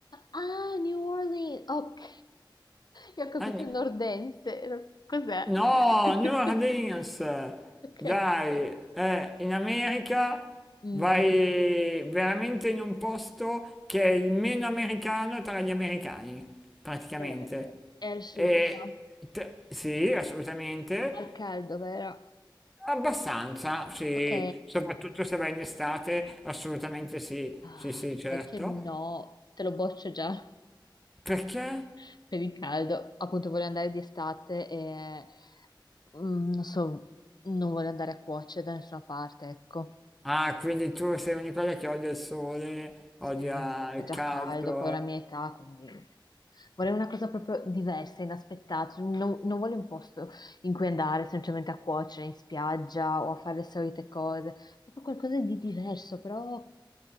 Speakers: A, on the left; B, in the centre.
A: Ah, New Orleans. Ok, io ho capito
B: a, New-
A: nordense. Ero- Cos'è?
B: No,
A: <laughs>
B: New Orleans,
A: Ok.
B: dai, eh, in America
A: Mm,
B: vai
A: mm, mm.
B: veramente in un posto che è il meno americano tra gli americani, praticamente.
A: Eh, è al sud,
B: E
A: vero?
B: te- sì, assolutamente,
A: Al caldo, vero?
B: abbastanza, sì,
A: Ok.
B: soprattutto se vai in estate, assolutamente sì,
A: Ah,
B: sì, sì, certo.
A: sai che no, te lo boccio già
B: Perché?
A: <laughs> per il caldo. Appunto, voglio andare di estate e mm, non so, non voglio andare a cuocere da nessuna parte, ecco.
B: Ah, quindi tu sei una di quelle che odia il sole,
A: Sì,
B: odia
A: fa
B: il
A: già
B: caldo.
A: caldo, poi è la mia età, quindi vorrei una cosa proprio diversa, inaspettata. Cioè, Non, non voglio un posto in cui andare semplicemente a cuocere in spiaggia o a fare le solite cose, proprio qualcosa di diverso, però